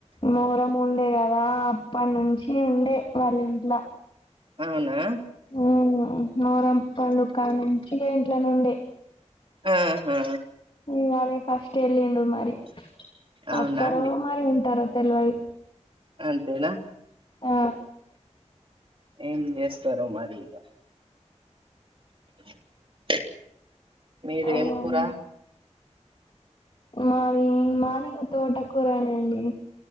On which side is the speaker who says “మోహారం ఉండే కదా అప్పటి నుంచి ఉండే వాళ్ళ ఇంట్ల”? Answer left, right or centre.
Left